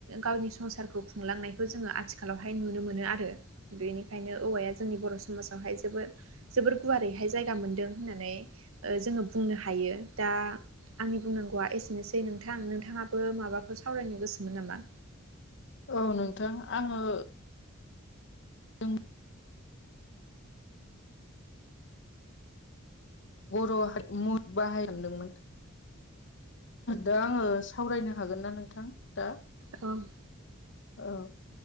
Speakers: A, on the right (about 75°); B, on the left (about 60°).
A: गावनि संसारखौ खुंलांनायखौ जोङो आथिखालाव बेहाय नुनो मोनो आरो बेनिखायनो औवाया जोंनि बर' समाजावहाय जोबोद जोबोर गुवारैहाय जायगा मोनदों होननानै जोङो बुंनो हायो दा आंनि बुंनांगौआ एसेनोसै नोंथां नोंथाङाबो माबाफोर सावरायनो गोसोमोन नामा
B: औ नोंथां आङो जोंनि बर' म बाहायांदोंमोन दा आङो सावरायनो हागोन ना नोंथां दा
A: औ
B: औ